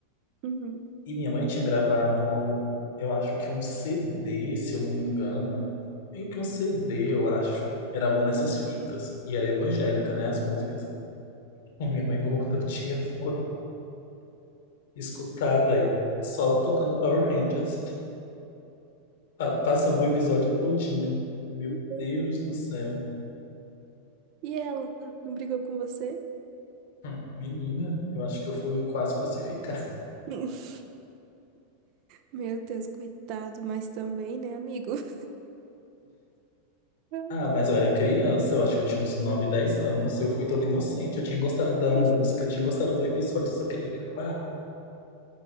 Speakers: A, on the right; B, on the left.
A: uhum.
B: E minha mãe tinha gravado, eu acho que um CD, se eu não me engano. Meio que um CD, eu acho. Gravou nessas fitas. E era evangélica, né? As músicas. <laughs> E minha mãe no outro dia foi escutar, velho. Só tocando Power Rangers. pa- Passando o episódio todinho. Meu
A: Uhum.
B: Deus do céu.
A: E ela não brigou com você?
B: Hum, Menina, eu acho que eu fui quase crucificado.
A: <laughs> Meu Deus, coitado, mas também, né, amigo? <laughs> Ai,
B: Ah, mas eu era criança, eu acho que eu tinha uns 9 10 anos. Eu fui todo inocente, eu tinha gostado da música,
A: ai.
B: eu tinha gostado do episódio, só queria gravar.